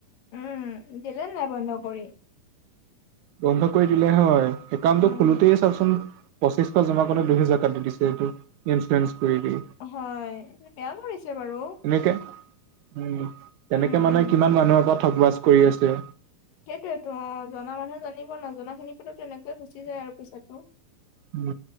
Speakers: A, on the left; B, on the right.
A: উম দিলে নাই বন্ধ কৰি।
B: বন্ধ কৰি দিলে হয় একাউণ্ট
A: উম
B: টো খোলোটে চাওচোন পঁচিশ জমা কৰিতো দুহেজাৰ কাটি দি দিছে এইটো ইঞ্চুৰেঞ্চ কৰি দি।
A: হয় বেয়া কৰিছে বাৰু।
B: এনেকে উম তেনেকে
A: উম
B: মানে
A: উম
B: কিমান মানুহৰ পৰা ঠগ বচ কৰি আছে।
A: সেইটোয়েতো অঁ জনা মানুহে জানিব নজনা খিনিৰ পাছত তেনেকৈয়ে গুচি যায় আৰু পিছত ন।
B: উম